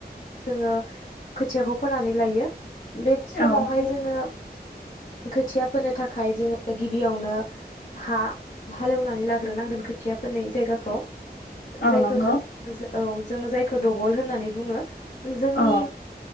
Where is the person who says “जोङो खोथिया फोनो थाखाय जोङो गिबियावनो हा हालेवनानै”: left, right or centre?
Left